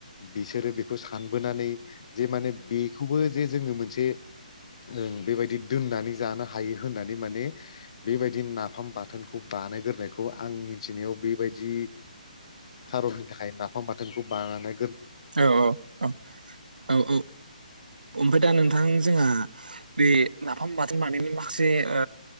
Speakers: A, on the left; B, on the right.
A: बिसोरो बे सानबोनानै जे माने बेखौबो जे जोङो मोनसे ओ बेबायदि दोननानै जानो हायो होननानै माने बेबायदि नाफाम बाथोनखौ बानायग्रायखौ आं मिथिनायाव बेबायदि खार'ननि थाखाय ना फाम बाथोनखौ बानानै
B: औ औ औ औ औ ओमफ्राय दा नों थां जोंहा बे नाफाम बाथ‌ <unintelligible> माखासे ओ